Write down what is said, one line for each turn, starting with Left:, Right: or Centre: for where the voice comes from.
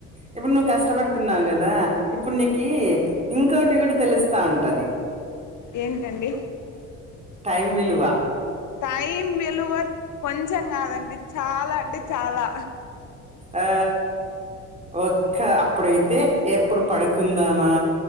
Right: ఇప్పుడు నువ్వు కష్టపడుతున్నావు కదా ఇప్పుడు నీకి ఇంకోటి కూడా తెలుస్తా ఉంటుంది
Left: ఏంటండి
Right: టైం విలువ
Left: టైం విలువ కొంచెం కాదండి చాలా అంటే చాలా
Right: ఆ ఒక్క అప్పుడైతే ఎప్పుడు పడుకుందామా